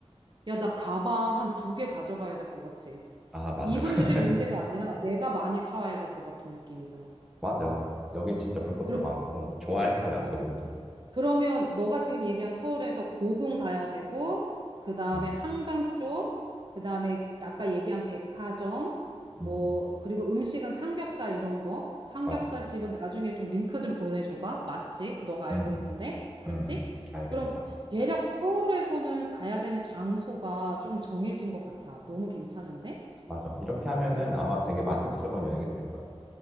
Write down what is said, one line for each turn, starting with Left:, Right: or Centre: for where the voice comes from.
Right: 야, 나 가방 한 두 개 가져가야 될 것 같아.
Centre: 아, 맞아.
Right: 이분들이
Centre: <laughs>
Right: 문제가 아니라 내가 많이 사와야 될 것 같은 느낌이 들어.
Centre: 맞아. 여긴 진짜 볼 것도
Right: 그럼.
Centre: 많고 좋아할 거야,
Right: 어.
Centre: 그분들도.
Right: 그러면 너가 지금 얘기한 서울에서 고궁 가야 되고, 그 다음에
Centre: 음,
Right: 한강 쪽, 그 다음에 아까 얘기한 백화점, 뭐,
Centre: 음,
Right: 그리고 음식은 삼겹살 이런 거. 삼겹살
Centre: 맞아.
Right: 집은 나중에 좀 링크 좀 보내줘봐. 맛집, 너가 알고
Centre: 음,
Right: 있는데. 알았지?
Centre: 음, 알겠어.
Right: 그럼 대략 서울에서는 가야 되는 장소가 좀 정해진 것 같아. 너무 괜찮은데?
Centre: 맞아. 이렇게 하면은 아마 되게 만족스러운 여행이 될 거야.